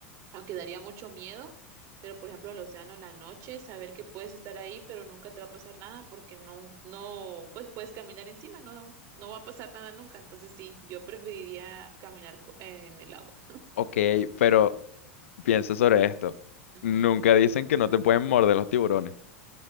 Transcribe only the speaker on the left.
Ok, pero piensa sobre esto.
Nunca dicen que no te pueden morder los tiburones.